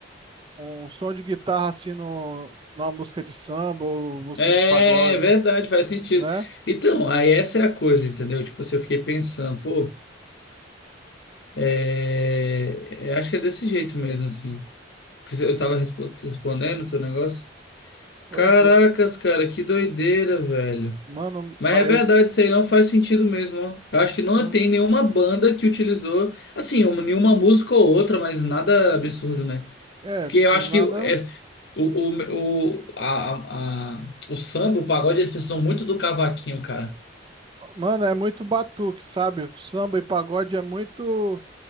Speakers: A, on the right (about 25°); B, on the left (about 65°).
A: um som de guitarra assim no, numa música de samba ou música
B: É,
A: de pagode,
B: é verdade, faz sentido.
A: né?
B: Então, aí essa é a coisa, entendeu? Tipo, assim, eu fiquei pensando, pô, é, é, acho que é desse jeito mesmo, assim. Porque Eu
A: Hum,
B: tava respo- respondendo o teu negócio.
A: pois
B: Caracas,
A: é,
B: cara, que doideira, velho.
A: mano,
B: Mas
A: mas
B: é verdade, isso aí não faz sentido mesmo. ó. Eu acho que não
A: não,
B: tem nenhuma banda que utilizou, assim, um- nenhuma música ou outra, mas nada absurdo, né?
A: é,
B: Porque
A: tipo,
B: eu acho
A: nada.
B: que é- o, o, o, a, a, a- o samba, o pagode, eles precisam muito do cavaquinho, cara.
A: Mano, é muito batuque, sabe? Samba e pagode é muito